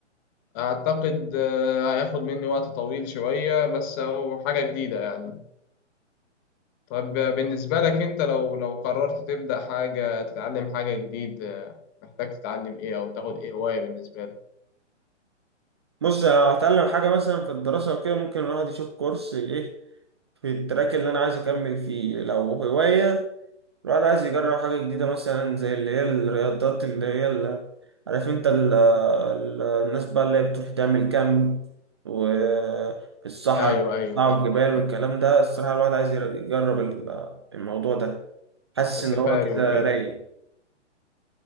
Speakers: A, on the left; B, on the right.
A: اعتقد آه، هياخد مني وقت طويل شوية بس هو حاجة جديدة يعني طب بالنسبة لك انت لو لو قررت تبدا حاجة تتعلم حاجة جديد آه، محتاج تتعلم ايه او تاخد ايه هواية بالنسبة لك
B: بص لو هتعلم حاجة مثلا في الدراسة وكده ممكن الواحد يشوف كورس ايه في التراك اللي أنا عايز أكمل فيه لو هواية الواحد عايز يجرب حاجة جديدة مثلا زي اللي هي الرياضات اللي هي اللي عارف انت ال ال الناس بقى اللي هي بتروح تعمل كامب وفي الصحراء
A: ايوه
B: وتطلعوا
A: ايوه فاهم.
B: الجبال والكلام
A: مم.
B: ده الصراحة الواحد عايز ير- يجرب ال- الموضوع ده حاسس
A: وسفاري
B: ان هو كده
A: وكده
B: رايق